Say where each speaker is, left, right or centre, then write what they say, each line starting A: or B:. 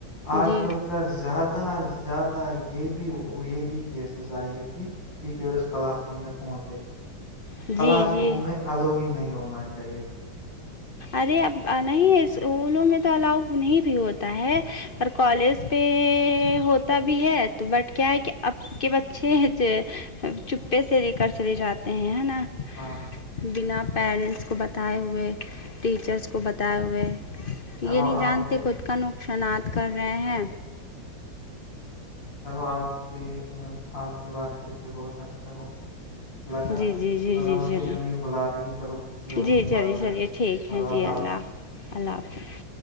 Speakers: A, on the left (about 75°); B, on the left (about 45°).
A: آج
B: جی
A: کل کا زیادہ زیادہ زیادہ یہ بھی یہ بھی کیسز آئے کہ ٹیچرس کلاس روم میں فون د
B: جی
A: کلاس
B: جی
A: روم میں اللو ہی نہیں ہونا چاہیے فون
B: ارے اب نہیں اسکولوں میں تو الاؤ نہیں بھی ہوتا ہے پر کالج پہ ہوتا بھی ہے تو بٹ کیا ہے کہ اب کے بچے چپے سے لے کر چلے جاتے ہیں نا
A: ہاں
B: بنا پیرنٹس کو بتائے ہوئے ٹیچرس کو بتائے ہوئے
A: چلو
B: یہ نہیں
A: آپ
B: جانتے
A: کے
B: خود کا نقصانات کر رہے ہیں
A: چلو آپ سے آپ سے بات کر کے بہت اچھا ہو لگا
B: جی جی جی
A: چلو
B: جی
A: مجھے
B: چلیے
A: ایم ای بلا رہی ہیں چلو کسی اور
B: جی
A: دن
B: چلیے
A: بات کرتے
B: چلیے
A: ہیں
B: ٹھیک
A: چلو
B: ہے جی اللہ
A: حافظ
B: اللہ حافظ